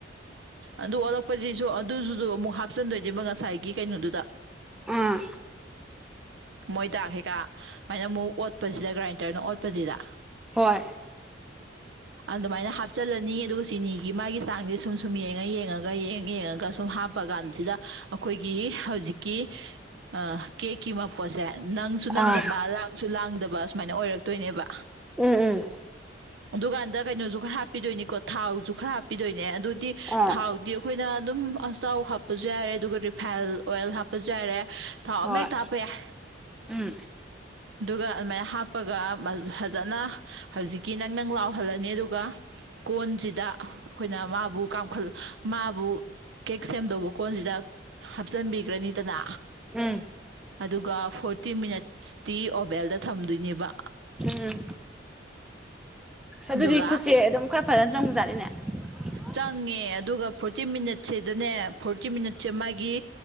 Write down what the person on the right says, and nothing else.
ꯑꯗꯨ ꯑꯣꯜꯂꯛꯄꯁꯤꯁꯨ ꯑꯗꯨꯗꯨꯁꯨ ꯑꯃꯨꯛ ꯍꯥꯞꯆꯟꯗꯣꯏꯅꯦꯕ ꯉꯁꯥꯏꯒꯤ ꯀꯩꯅꯣꯗꯨꯗ
ꯃꯣꯏꯗꯥ ꯀꯩꯀꯥ ꯁꯨꯃꯥꯏꯅ ꯑꯃꯨꯛ ꯑꯣꯠꯄꯁꯤꯗ ꯒ꯭ꯔꯥꯏꯟꯗ꯭ꯔꯅ ꯑꯣꯠꯄꯁꯤꯗ
ꯑꯗꯨꯃꯥꯏꯅ ꯍꯥꯞꯆꯤꯜꯂꯅꯤ ꯑꯗꯨꯒ ꯆꯤꯅꯤꯒꯤ ꯃꯥꯒꯤ ꯆꯥꯡꯁꯦ ꯁꯨꯝ ꯁꯨꯝ ꯌꯦꯡꯉ ꯌꯦꯡꯉꯒ ꯌꯦꯡꯉ ꯌꯦꯡꯉꯒ ꯁꯨꯝ ꯍꯥꯞ ꯄꯥ ꯀꯥꯟꯁꯤꯗ ꯑꯩꯈꯣꯏꯒꯤ ꯍꯧꯖꯤꯛꯀꯤ ꯑ ꯀꯦꯛꯀꯤ ꯃꯄꯣꯠꯁꯦ ꯅꯪꯁꯨ ꯅꯪꯗꯕ
ꯂꯥꯡꯁꯨ ꯂꯥꯡꯗꯕ ꯁꯨꯃꯥꯏꯅ ꯑꯣꯏꯔꯛꯇꯣꯏꯅꯦꯕ
ꯑꯗꯨꯀꯥꯟꯗ ꯀꯩꯅꯣꯁꯨ ꯈ꯭ꯔꯥ ꯍꯥꯞꯄꯤꯗꯣꯏꯅꯤꯀꯣ ꯊꯥꯎꯁꯨ ꯈ꯭ꯔ ꯍꯥꯞꯄꯤꯗꯣꯏꯅꯦ ꯑꯗꯨ ꯗꯤ
ꯊꯥꯎꯗꯤ ꯑꯩꯈꯣꯏꯅ ꯑꯗꯨꯝ ꯑꯆꯥꯊꯥꯎ ꯍꯥꯞꯄꯁꯨ ꯌꯥꯔꯦ ꯑꯗꯨꯒ ꯔꯤꯐꯥꯏꯟ ꯑꯣꯏꯜ ꯍꯥꯞ ꯄꯁꯨ ꯌꯥꯔꯦ ꯊꯥꯎ
ꯑꯃ ꯍꯦꯛꯇ ꯍꯥꯞꯄ ꯌꯥꯏ
ꯑꯗꯨꯒ ꯑꯗꯨꯃꯥꯏꯅ ꯍꯥꯞꯄꯒ ꯐꯖꯅ ꯍꯧꯖꯤꯛꯀꯤ ꯅꯪꯅꯪ ꯂꯥꯎꯍꯜꯂꯅꯤ ꯑꯗꯨꯒ ꯀꯣꯟꯁꯤꯗ ꯑꯩꯈꯣꯏꯅ ꯃꯥꯕꯨ ꯀꯥꯝꯈꯜ ꯃꯥꯕꯨ ꯀꯦꯛ ꯁꯦꯝꯗꯧꯕ ꯀꯣꯟꯖꯤꯗ ꯍꯥꯞꯆꯤꯟꯕꯤ ꯒ꯭ꯔꯥꯅꯤꯗꯅ
ꯑꯗꯨꯒ ꯐꯣꯔꯇꯤ ꯃꯤꯅꯠꯁꯇꯤ ꯑꯣꯚꯦꯜꯗ ꯊꯝꯗꯣꯏꯅꯦꯕ
ꯑꯗꯨꯒ
ꯆꯪꯉꯦ ꯑꯗꯨꯒ ꯐꯣꯔꯇꯤ ꯃꯤꯅꯠꯁꯤꯗꯅꯦ ꯐꯣꯔꯇꯤ ꯃꯤꯅꯠꯁꯦ ꯃꯥꯒꯤ